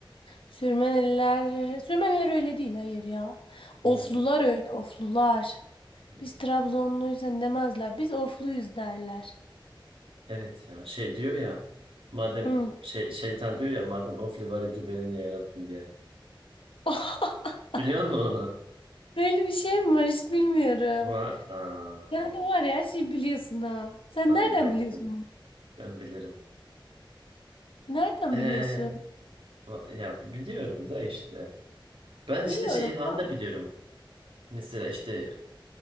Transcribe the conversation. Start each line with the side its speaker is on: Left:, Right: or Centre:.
Left: Sürmeneliler, Sürmeniler öyle değil hayır ya.
Right: Değil
Left: Oflular
Right: mi?
Left: öyle oflular.
Right: Hmm.
Left: Biz Trabzonluyuz hani demezler. Biz ofluyuz derler.
Right: Evet ya şey diyor ya madem
Left: Hı.
Right: şey, şeytan diyor ya madem ofli var idi beni niye yarattın diye.
Left: <laughs>
Right: Biliyor musun onu?
Left: Öyle bir şey mi var hiç bilmiyorum.
Right: Va Aa,
Left: Sen de var ya her şeyi biliyorsun ha. Sen
Right: ayıp
Left: nereden
Right: ettin.
Left: biliyorsun bunu?
Right: Ben bilirim.
Left: Nereden
Right: Ee,
Left: biliyorsun?
Right: va- ya biliyorum da işte. Ben işte
Left: Biliyorum
Right: şeyi falan
Left: da.
Right: da biliyorum. Mesela işte